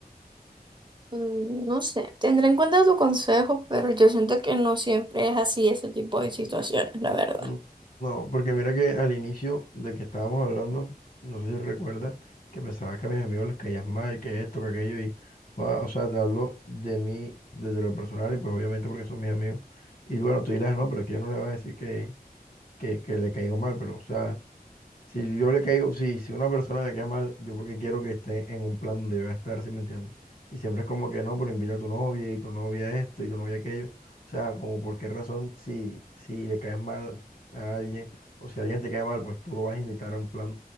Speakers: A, on the right; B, on the left.
A: Mm, No sé. Tendré en cuenta tu consejo, pero yo siento que no siempre es así ese tipo de situaciones, la verdad.
B: Mm, No, porque mira que al inicio de que estábamos hablando, no sé si recuerdas, que pensabas que a mis amigos les caías mal, que esto, que aquello, y, joda, o sea, te hablo de mí desde lo personal y pues obviamente porque son mis amigos. Y bueno, tú dirás, no, pero es que yo no le voy a decir que, que, que le caigo mal, pero o sea, Si yo le caigo, si, si una persona me cae mal, yo porque quiero que esté en un plan donde yo voy a estar, ¿sí me entiendes? Y siempre es como que no, pero invita a tu novia y tu novia esto y tu novia aquello. O sea, como por qué razón si, si le caes mal a alguien o si alguien te cae mal, pues tú lo vas a invitar a un plan.